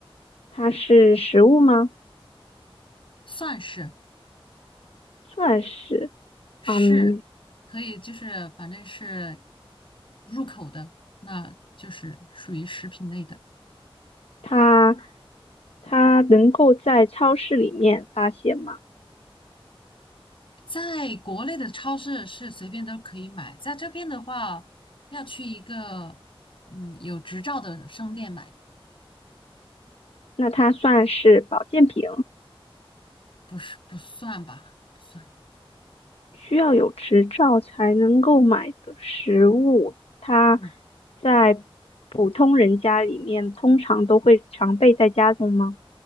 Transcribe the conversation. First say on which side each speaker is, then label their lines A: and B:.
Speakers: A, on the left; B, on the left.
A: 它是食物吗？
B: 算是
A: 算是。
B: 是，
A: 嗯，
B: 可以，就是反正是入口的，那就是属于食品类的。
A: 它它能够在超市里面发现吗？
B: 在国内的超市是随便都可以买，在这边的话，要去一个嗯有执照的商店买，
A: 那它算是保健品？
B: 不是不算吧，不算。
A: 需要有执照才能购买的食物，它
B: 嗯
A: 在普通人家里面通常都会常备在家中吗？